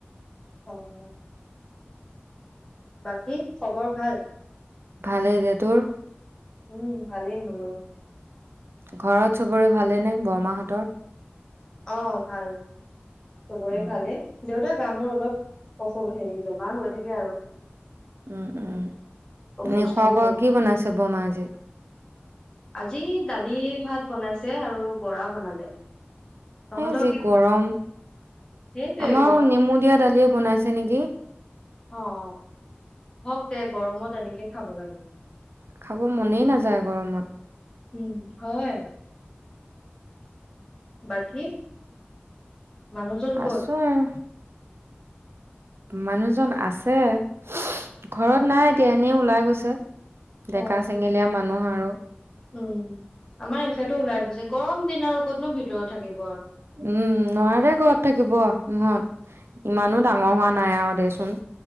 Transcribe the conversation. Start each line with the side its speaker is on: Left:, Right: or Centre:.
Left: হয় হয় বাকী খবৰ ভাল।
Right: ভালেই দে তোৰ।
Left: উম, ভালেই মোৰো।
Right: ঘৰত সবৰে ভালেনে, বৰমাহঁতৰ।
Left: অ', ভাল। চবৰে
Right: উম
Left: ভালে, দেউ এ গা মূৰ অলপ <unintelligible> হেৰি বেমাৰ হৈ থাকে আৰু।
Right: উম, উম,
Left: অসুস্থ
Right: নি খোৱা
Left: হৈ
Right: বোৱা কি বনাইছ বমা যে।
Left: আজি দালি ভাত বনাইছে আৰু বৰা বনালে। তহঁতৰ
Right: এ যি
Left: কি?
Right: গৰম,
Left: সেইটোৱে
Right: আমাৰো
Left: গৰম
Right: নেমু দিয়া দালিয়ে বনাইছে নেকি।
Left: অ', হওক দে গৰমত এনেকে খাব লাগে।
Right: খাব মনেই নাযায় গৰমত।
Left: উম, হয়। বাকী। মানুহজন ক'ত
Right: আছো আৰু। মানুহজন আছে <inaudible> ঘৰত
Left: অ
Right: নাই এতিয়া এনেই ওলাই <inaudible> ডেকা
Left: অ,
Right: চেঙেলীয়া মানুহ আৰু
Left: উম, আমাৰ হিচা টো ওলাই গৈছে গৰম দিন আৰু ক'ত নো ভিতৰত থাকিম।
Right: উম, নোৱাৰে ঘৰত থাকিব সহঁত ইমানো ডাঙৰ হোৱা নাই আৰু দেচো <unintelligible>